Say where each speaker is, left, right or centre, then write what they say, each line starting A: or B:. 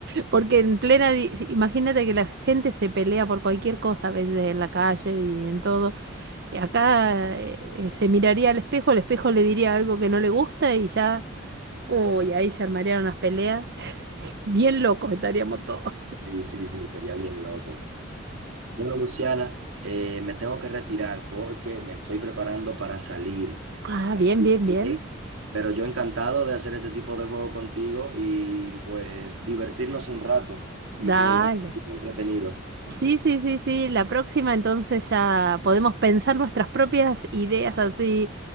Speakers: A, on the right; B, on the right.
A: porque en plena di- si- imagínate que la gente se pelea por cualquier cosa a veces en la calle y en todo. Y acá eh, eh, se miraría al espejo, el espejo le diría algo que no le gusta y ya, uy, ahí se armarían unas peleas. <laughs> Bien locos estaríamos todos.
B: Sí, sí, sí, sería bien loco. Bueno, Luciana, eh, me tengo que retirar porque me estoy preparando para salir.
A: Ah,
B: Así
A: bien, bien,
B: que,
A: bien.
B: pero yo encantado de hacer este tipo de juego contigo y pues divertirnos un rato. Así
A: Dale.
B: que, muy entretenido.
A: Sí, sí, sí, sí. La próxima entonces ya podemos pensar nuestras propias ideas así